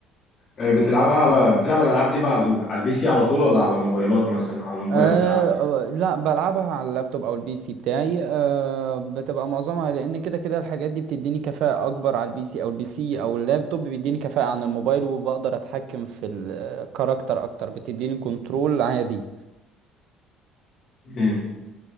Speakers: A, on the left; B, on the right.
A: آه، بتلعبها على بتلعب الالعاب دي بقى على على البي سي على طول ولا على موبايلات مثلا على الموبايل
B: أه
A: بتاعك
B: آه، لا بلعبها على اللابتوب او البي سي بتاعي أه بتبقى معظمها لان كده كده الحاجات دي بتديني كفاءة اكبر على البي سي او البي سي او اللابتوب بيديني كفاءة عن الموبايل وبقدر اتحكم في الكاركتر اكتر بتديني كنترول عالي
A: مم.